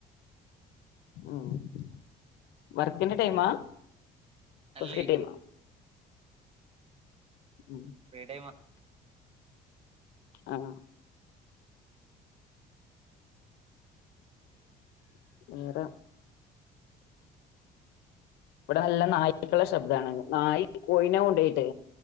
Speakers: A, on the left; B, on the right.
A: ആഹ്‌ വർക്കിന്റെ ടൈമാ പ്പ
B: അല്ലേ
A: ഫ്രീട്ടേമാ ഉം
B: ഫ്രീ ടൈമാ
A: ആഹ് <unintelligible> ഇവടെ നല്ല നായിക്കളെ ശബ്ദാണ് നായി കോഴിനെ കൊണ്ടോയിട്ട്